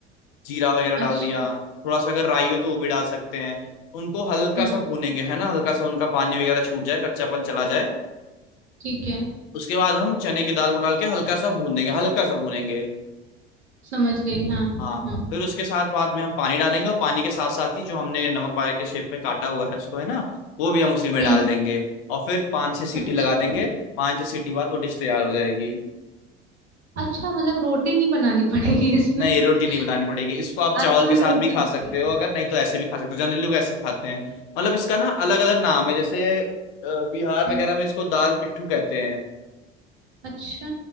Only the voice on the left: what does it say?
जीरा वगैरह
डाल दिया थोड़ा सा अगर राई हो तो वो भी डाल सकते हैं उनको हल्का
सा भूनेंगे है ना हल्का सा उनका पानी वगैरह छूट जाए कच्चापन चला जाए
उसके बाद हम चने की दाल को डाल के हल्का सा भून देंगे हल्का सा भूनेंगे
हाँ
फिर उसके साथ बाद में हम पानी डालेंगे और पानी के साथ साथ ही जो हमने नमक बारे के शेप में काटा हुआ है उसको है ना वो भी हम उसी में
डाल देंगे और फिर पाँच छह सीटी
लगा देंगे पाँच छह सीटी बाद वो डिश तैयार हो जाएगी
नहीं
रोटी नहीं बनानी पड़ेगी इसको आप
चावल
के साथ
भी खा
सकते
हो
अगर नहीं तो ऐसे भी खा सकते हो जनरली लोग ऐसे खाते हैं मतलब इसका ना अलग अलग नाम है जैसे अ, बिहार
वगैरह में इसको दाल पिट्ठू कहते हैं